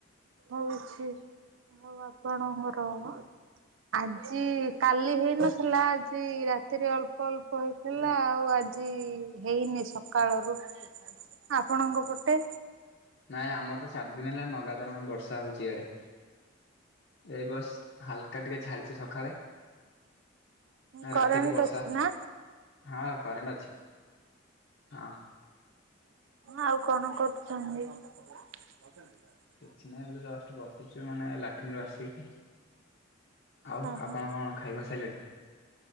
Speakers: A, on the right (about 70°); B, on the left (about 55°).
A: ହଉଛି ଆଉ ଆପଣଙ୍କର? ଆଜି ଇ କାଲି ହେଇନଥି ଥିଲା ଆଜି ରାତିରେ ଅଳ୍ପ ଅଳ୍ପ ହେଇଥିଲା, ଆଉ ଆଜି ହେଇନି ସକାଳରୁ। ଆପଣଙ୍କ ପଟେ?
B: ନାଇଁ ଆମର ତ ଚାରି ଦିନ ହେଲା ନଗାତାର ବର୍ଷା ହଉଛି ଇଆଡେ ଏଇ ବସ୍ ହାଲକା ଟିକେ ଛାଡିଛି ସକାଳେ
A: କରେଣ୍ଟ
B: ରାତିଠୁ ବର୍ଷା।
A: ଅଛି ନା
B: ହଁ କରେଣ୍ଟ ଅଛି। ହଁ।
A: ଆଉ କଣ କରୁଛନ୍ତି? ପଥିଲା <unintelligible>
B: କିଛି ନାହିଁ ବୋଲେ ଜଷ୍ଟ ବସିଛୁ ମାନେ ଲାଟିନ୍ରୁ ଆସିକି। ଆଉ
A: ଓହୋ
B: ଆପଣ କଣ ଖାଇବା ସାରିଲେଣି?